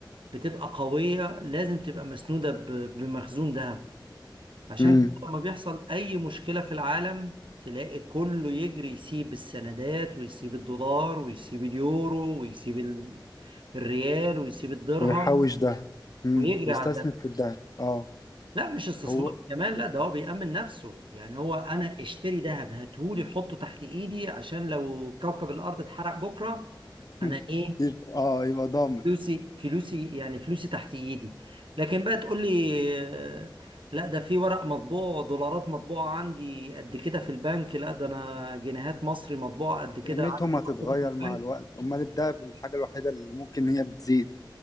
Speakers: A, on the right; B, on the left.
A: بتبقى قوية لازم تبقى مسنودة ب- بمخزون ذهب عشان
B: امم
A: كده لما بيحصل أي مشكلة في العالم تلاقي كله يجري يسيب السندات ويسيب الدولار ويسيب اليورو ويسيب ال- الريال ويسيب الدرهم
B: ويحوش ذهب امم
A: ويجري
B: ويستثمر
A: على الذهب
B: في الذهب اه
A: لا مش استثمار
B: هو
A: كمان لا ده هو بيأمن نفسه يعني هو أنا اشتري ذهب هاتهولي حطه تحت إيدي عشان لو كوكب الأرض اتحرق بكرة
B: <clears throat>
A: أنا
B: <laughs>
A: إيه
B: يبقى اه يبقى ضامن
A: فلوسي فلوسي يعني فلوسي تحت ايدي لكن بقى تقول لي آه، لا ده في ورق مطبوع دولارات مطبوعة عندي قد كده في البنك لا ده انا جنيهات مصري مطبوعة قد كده
B: قيمتهم
A: عندي
B: هتتغير
A: محطوطة في البنك
B: مع الوقت امال الذهب الحاجه الوحيده اللي ممكن هي بتزيد